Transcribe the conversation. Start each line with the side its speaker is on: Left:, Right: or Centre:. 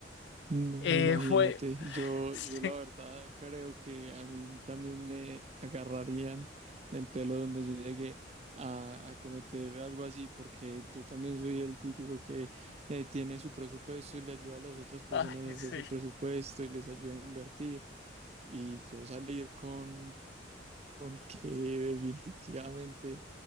Right: No,
Left: Eh,
Right: imagínate,
Left: fue... <sighs>
Right: yo,
Left: Sí,
Right: yo la verdad creo que a mí también me agarrarían del pelo donde yo llegué a, a cometer algo así, porque yo también soy el típico que eh, tiene su presupuesto y le ayuda a las otras personas
Left: ay,
Right: a
Left: sí.
Right: hacer su presupuesto y les ayuda a invertir. Y yo salir con, con que <laughs> definitivamente